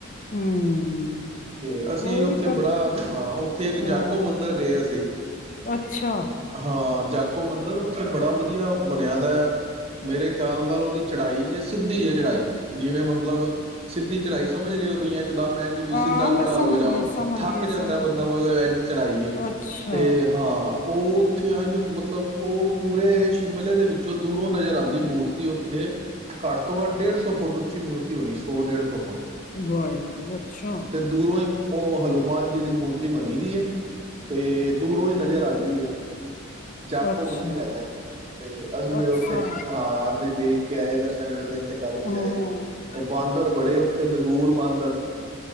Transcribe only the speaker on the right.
ਤੇ ਅਸੀਂ
ਉੱਥੇ
ਬੜਾ ਹਾਂ, ਉੱਥੇ ਇੱਕ
ਜਾਕੋ ਮੰਦਿਰ ਗਏ ਅਸੀਂ
ਹਾਂ, ਜਾਕੋ ਮੰਦਿਰ ਉੱਥੇ ਬੜਾ ਵਧੀਆ ਬਣਿਆ ਦਾ ਮੇਰੇ ਖਿਆ ਨਾਲ-ਨਾਲ ਉਹਦੀ ਚੜਾਈ ਜੇ ਸਿੱਧੀ ਜੇ ਚੜਾਈ ਜਿਵੇਂ ਮਤਲਬ ਸਿੱਧੀ ਚੜ੍ਹਾਈ ਸਮਝ ਰਹੇ ਹੋ ਬਈ ਏਜ ਕਿਦਾ ਮੈ ਇੰਜ ਵੀ
ਸਿੱਧਾ
ਖੜਾ
ਹੋ ਕੇ ਜਾਓ
ਥੱਕ
ਜਿੰਦਾ
ਬੰਦਾ
ਮਤਲਬ ਇੰਝ ਚੜਾਈਏ
ਤੇ ਹਾਂ ਓਅ ਉੱਥੇ ਅੰਝ ਮਤਲਬ ਉਹ ਪੂਰੇ ਸ਼ਿਮਲੇ ਦੇ ਵਿੱਚੋਂ ਦੂਰੋਂ ਨਜ਼ਰ ਆਉਂਦੀ ਮੂਰਤੀ ਉੱਥੇ ਘੱਟ ਤੋਂ ਘੱਟ ਡੇਢ ਸੌ ਫੁੱਟ ਉੱਚੀ ਮੂਰਤੀ ਹੋਣੀ ਸੌ ਡੇਢ ਸੌ ਫੁੱਟ
ਤੇ ਦੂਰੋ ਹੀ ਉਹ ਹਨੂੰਮਾਨ ਦੀ ਮੂਰਤੀ ਬਣੀ ਦੀ ਐ ਤੇ ਦੂਰੋਂ ਈ ਨਜ਼ਰ ਆਂਦੀ ਕੀ ਐ ਜਾਕੋ
ਮੰਦਿਰ ਹੈਗਾ ਤੇ ਅਸੀ ਫੇਰ
ਉੱਥੇ, ਹਾਂ, ਦੇਖ ਕੇ ਆਏ ਦਰਸ਼ਨ ਮੇਲੇ ਥ ਕਰਕੇ
ਆਏ ਤੇ ਬਾਂਦਰ ਬੜੇ ਤੇ ਲੰਗੂਰ ਬਾਂਦਰ